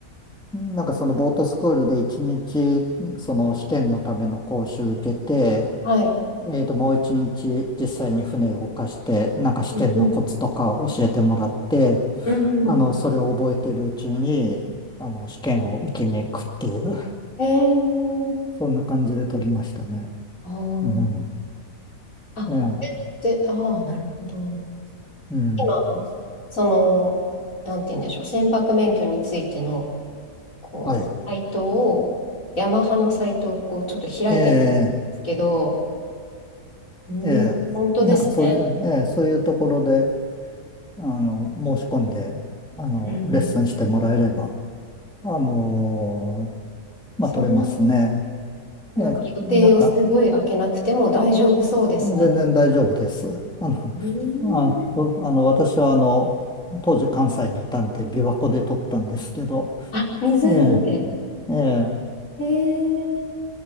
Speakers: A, in the centre; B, on the left.
A: なんかそのボートスクールで1日、その試験のための講習受けて、
B: はい。
A: えーと、もう一日実際に船を動かして、なんか試験のコツとか教えてもらって、
B: うんうんうん
A: あの、それを覚えてるうちに、あの、試験を受けに行くっていう、
B: えー、
A: <laughs> そんな感じで取りましたね。
B: あ
A: うん。
B: ー、あ、
A: ええ、
B: これって、ああ、なるほど。
A: うん。
B: 今、その、なんて言うんでしょう、船舶免許についてのこう、
A: はい。
B: サイトを、ヤマハのサイトをこう、ちょっと開いてみたんですけど、
A: ええ、
B: うん、
A: ええ、
B: 本当ですね。
A: なんかそういう、ええ、そういうところで、あの、申し込んで、あの、
B: うん。
A: レッスンしてもらえれば、あのまあ、
B: そんな、
A: 取れますね。
B: なんか予定をすごい開けなくても大丈夫そうですね。
A: ええ、なんか、全然大丈夫です。あの、
B: うん
A: あ、おあの、私はあの、当時関西にいたんで、琵琶湖で撮ったんですけど、
B: あ、湖で。
A: ええ、ええ、
B: えー、